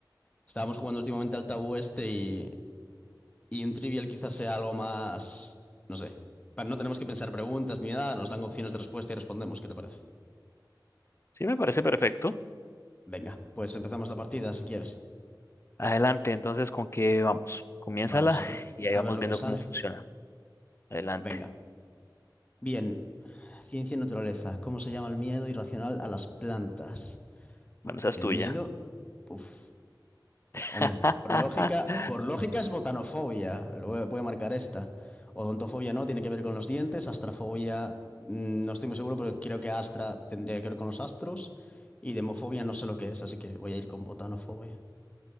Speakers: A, on the left; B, on the left.
A: Estábamos jugando últimamente al tabú este y, y un trivial quizás sea algo más. No sé. Pa- No tenemos que pensar preguntas ni nada, nos dan opciones de respuesta y respondemos. ¿Qué te parece?
B: Sí, me parece perfecto.
A: Venga, pues empezamos la partida si quieres.
B: Adelante, entonces, ¿con qué vamos? Comiénzala
A: Vamos a ver.
B: y ahí
A: A
B: vamos
A: ver lo
B: viendo
A: que sale.
B: cómo funciona. Adelante.
A: Venga. Bien. Ciencia y naturaleza. ¿Cómo se llama el miedo irracional a las plantas?
B: Bueno, esa es
A: El
B: tuya.
A: miedo. Uf.
B: <laughs>
A: Hombre, por lógica, por lógica es botanofobia. Lo voy a voy a marcar esta. Odontofobia no, tiene que ver con los dientes. Astrafobia, mm, no estoy muy seguro, pero creo que astra tendría que ver con los astros. Y demofobia no sé lo que es, así que voy a ir con botanofobia.